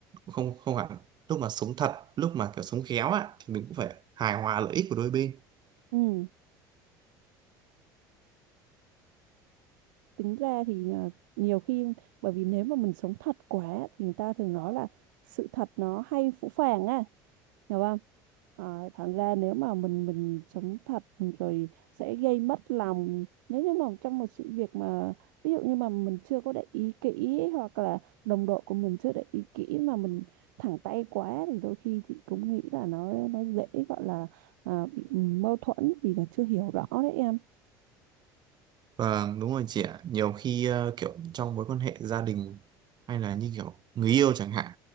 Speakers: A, on the right (about 45°); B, on the right (about 80°).
A: không không hẳn lúc mà sống thật lúc mà kiểu sống khéo á thì mình cũng phải hài hòa lợi ích của đôi bên
B: ừ tính ra thì à, nhiều khi bởi vì nếu mà mình sống thật quá thì người ta thường nói là sự thật nó hay phũ phàng á hiểu không à, thành ra nếu mà mình mình sống thật rồi sẽ gây mất lòng nếu như mà trong một sự việc mà ví dụ như mà mình chưa có để ý kỹ hoặc là đồng đội của mình chưa để ý kỹ mà mình thẳng tay quá thì đôi khi chị cũng nghĩ là nó nó dễ gọi là à, bị mâu thuẫn vì là chưa hiểu rõ đấy em
A: vâng đúng rồi chị ạ nhiều khi ờ, kiểu trong mối quan hệ gia đình hay là như kiểu người yêu chẳng hạn